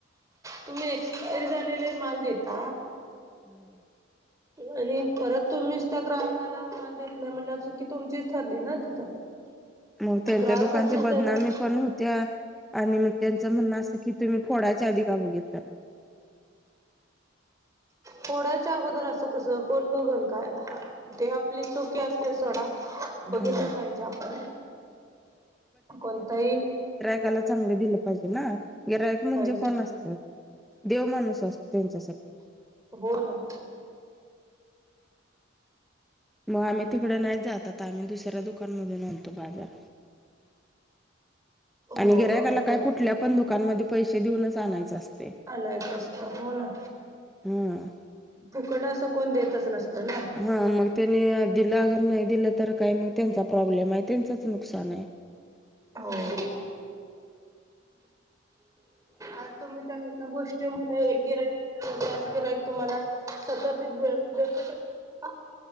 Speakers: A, on the right; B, in the centre.
A: तुम्ही एक्स्पायरी झालेले माल देता
B: हम्म.
A: आणि परत तुम्हीच त्या ग्राहकाला माल देत नाही म्हटल्यावर चुकी तुम ची ठरली ना तिथं.
B: मग त्यांच्या
A: ग्राहकाचीच
B: दुकानची बदनामी
A: धरली
B: पण होत्या. आणि मग त्यांचं म्हणणं असं की, तुम्ही फोडायच्या आधी का बघितलं नाय.
A: फोडायच्या अगोदर असं कसं कोण बघल का? हा ते आपली चूक ते असते सोडा बघितलं
B: ह
A: पाहिजे आपण. कोणतही
B: त्याला चांगले दिलं पाहिजे ना. गिराईक म्हणजे
A: पाहिजे
B: कोण असतं? देव माणूस असतो त्यांच्यासाठी.
A: हो ना.
B: मग आम्ही तिकडे नाही जात आता. आम्ही दुसऱ्या दुकान मधून आणतो बाजार.
A: हो
B: आणि गिरायकाला
A: अगदी
B: काय कुठल्या पण दुकानमधे पैसे देऊनच आणायच असते
A: आलायचं असतं हो ना.
B: ह
A: फुकट असं कोण देतच नसतं ना.
B: हा मग त्यांनी दिलं अगर नाही दिलं. तर काय मग त्यांचा प्रॉब्लेम आहे, त्यांचंच नुकसान आहे.
A: हो. आज तुम्ही त्या एका गोष्टीव र एक गिऱ्हाईक त्याच गिरायक तुम्हाला सतत भेटू शकतं ना